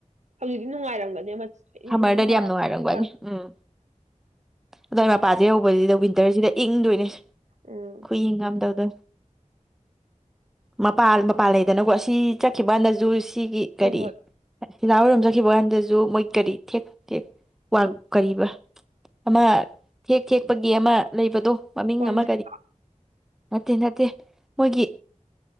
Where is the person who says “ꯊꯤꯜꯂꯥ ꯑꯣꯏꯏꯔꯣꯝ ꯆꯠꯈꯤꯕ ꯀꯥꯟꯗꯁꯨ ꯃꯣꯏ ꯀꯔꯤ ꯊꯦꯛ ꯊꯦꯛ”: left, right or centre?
Centre